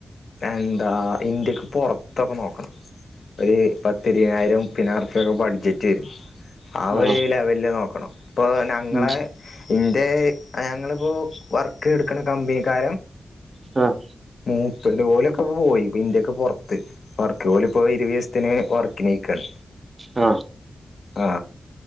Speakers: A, on the left; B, on the right.
A: എന്താ ഇന്ത്യക്ക് പൊറത്തൊക്കെ നോക്കണം ഒരു പത്തിരുനായിരംപ്പിനാർക്കൊക്കെ ബഡ്ജറ്റ് വരും ആ
B: ആഹ്
A: ഒരു ലെവലില് നോക്കണം ഇപ്പൊ ഞങ്ങളെ
B: ഉം
A: ൻ്റെ ഞങ്ങളിപ്പോ വർക്ക് എടുക്കണ കമ്പനിക്കാരും
B: ആഹ്
A: മ് ത്ത്ന്റെ ഓലൊക്കെ പ്പ പോയി പ്പ ഇന്ത്യക്ക് പൊറത്ത് വർക്ക് ഓല് പോയി ഇരുവിസത്തിന് വർക്കിലേക്കാണ്
B: ആ
A: ആ